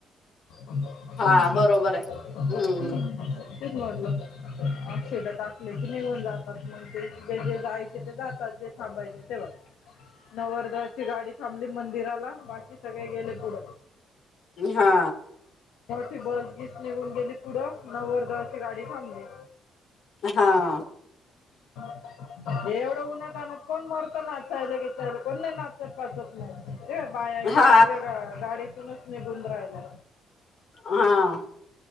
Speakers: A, on the left; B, on the left.
A: <unintelligible>
B: हा बरोबर आहे हम्म
A: ते म्हटलं अक्षदा टाकले क निघन जातात मग ते जे जे जायचे ते जातात. थांबायची तेव्हा नवरदेवाची गाडी थांबली. मंदिराला बाकी सगळे गेले पुढ
B: हा
A: बस घीस निघून गेली पुढं नवर्ध गाडी थांबली
B: हा
A: <unintelligible> हे एवढं उन्हत आणना कोण मरत नाचायले की चाहिले कोण नाही नाचत पाचत. र बाया
B: हा
A: गिया सगळ्या गाडीतूनच निघुन राहिला.
B: हा